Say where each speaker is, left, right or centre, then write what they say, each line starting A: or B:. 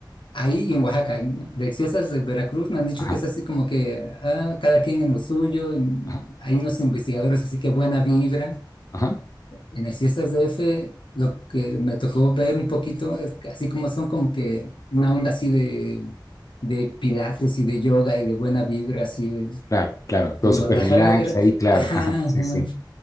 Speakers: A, on the left (about 80°); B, on the left (about 45°).
A: ahí y en Oaxaca, ¿eh? de siestas de Veracruz, me han dicho
B: ajá,
A: que es así como que ah, cada quien en lo suyo, y
B: ajá,
A: hay unos investigadores, así que buena vibra.
B: ajá,
A: En el siestas de F, lo que me tocó ver un poquito, es que así como son como que una onda así de, de pilates y de yoga y de buena vibra, así de...
B: Claro, claro,
A: Y
B: todo
A: en
B: súper
A: Guadalajara,
B: relax
A: era-
B: ahí, claro,
A: ajá,
B: ajá, sí,
A: ajá.
B: sí.